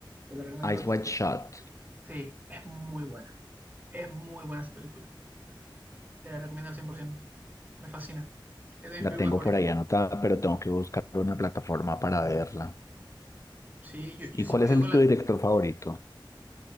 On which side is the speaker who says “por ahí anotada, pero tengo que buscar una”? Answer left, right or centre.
Left